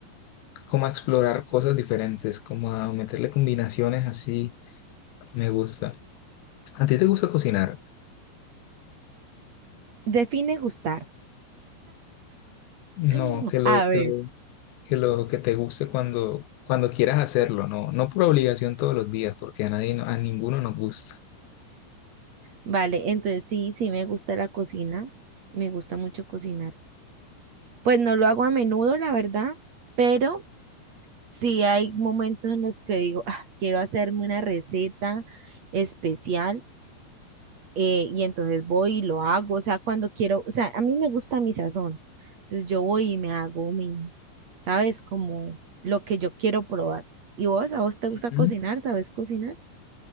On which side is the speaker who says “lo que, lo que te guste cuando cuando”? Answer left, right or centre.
Left